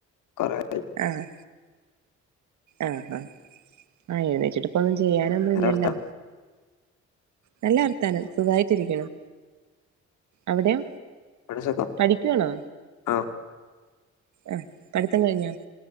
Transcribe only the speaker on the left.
കൊറെ
എന്താ വർത്താനം
ഇവിടെയും സുഖം
ആഹ്